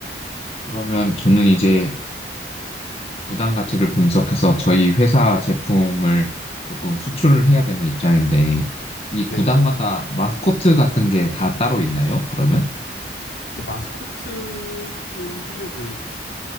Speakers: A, on the left (about 35°); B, on the left (about 85°).
A: 그러면 저는 이제 구단 가치를 분석해서 저희 회사 제품을 조금 수출을 해야 되는 입장인데, 이
B: 네.
A: 구단마다 마스코트 같은 게 다 따로 있나요? 그러면?
B: 이제 마스코트는 사실 그